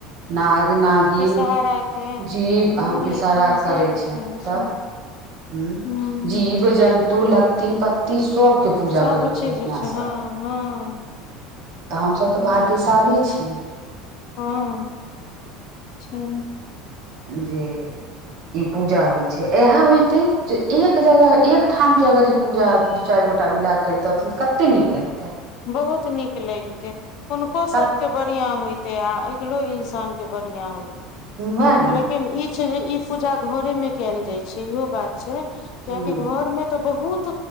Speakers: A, on the right; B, on the left.
A: नाग नागिन
B: बेसहारा के
A: जीव
B: गौरी
A: विषहारा
B: के सब
A: करै छियै
B: के है सुन
A: तब हूँ
B: हुं
A: जीव जन्तु लत्ती पत्ती सब के पूजा
B: सब
A: करै
B: चीज
A: छियै
B: जे
A: अपनासब
B: छै हँ हँ
A: तऽ हमसभ तऽ
B: बस
A: भाग्यशाली छी
B: हँ छिय
A: जे ई पूजा होइ छै इहा होयते जे एक जगह एक ठाम जे अगर ई पूजा दू चार गोटा मिलाके करते अखेन कते नीक लागतै
B: बहुत नीक लेगते हुनको सभके
A: तक
B: बढ़िआँ होइतै आ अगिलो इंसानके बढ़िआँ होइतै
A: वएह ने
B: लेकिन ई छै जे ई पूजा घरे मे कायल जाइ छै इहो बात छै कियाकि
A: ह
B: घर मे तऽ बहुत